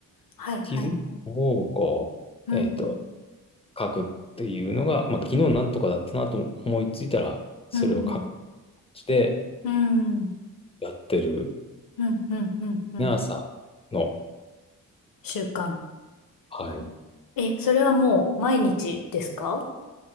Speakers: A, on the left; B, on the left.
A: はい、
B: スキルを、
A: はい、はい。
B: こう、
A: うん、
B: えっと、
A: うん、
B: 書くっていうのが、まあ、昨日なんとかだったなと思いついたら、それを書く
A: うん、うん、
B: して、
A: うん、
B: やってる、
A: うん、うん、うん、うん。
B: 皆さんの、
A: 習慣。
B: はい。
A: え、それはもう毎日ですか